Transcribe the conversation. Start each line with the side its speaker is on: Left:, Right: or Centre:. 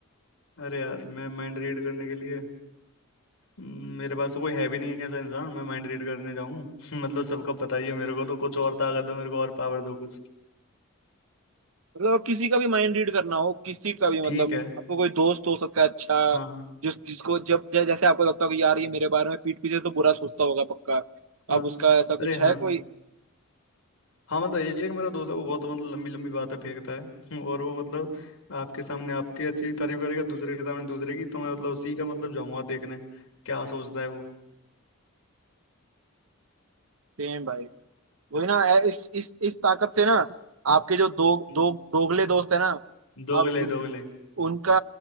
Left: अरे यार मैं माइंड रीड करने के लिए हम्म, मेरे पास तो कोई है भी नहीं ऐसा इंसान मैं माइंड रीड करने जाऊं <laughs> मतलब सबको पता ही है मेरे को तो कुछ और ताकत दो मेरे को और पावर दो कुछ
Right: मतलब किसी का भी माइंड रीड करना हो किसी का भी मतलब
Left: ठीक है
Right: आपको कोई दोस्त हो सकता है अच्छा
Left: हाँ
Right: जिस जिसको जब जै, जैसे आपको लगता हो कि यार ये मेरे बारे में पीठ पीछे तो बुरा सोचता होगा पक्का
Left: हाँ
Right: अब उसका ऐसा कुछ
Left: अरे हाँ
Right: है कोई
Left: हाँ मतलब एक मेरा दोस्त है वो बहुत मतलब लंबी लंबी बातें फेंकता है <laughs> और वो मतलब आपके सामने आपकी अच्छी तारीफ करेगा दूसरे के सामने दूसरे की तो मैं मतलब उसी का मतलब जाऊंगा देखने क्या सोचता है वो
Right: सेम भाई वही ना ऐ- इस इस इस ताकत से ना आपके जो दो
Left: हम्म,
Right: दो दोगले दोस्त है ना
Left: दोगले
Right: आप उन
Left: दोगले
Right: उनका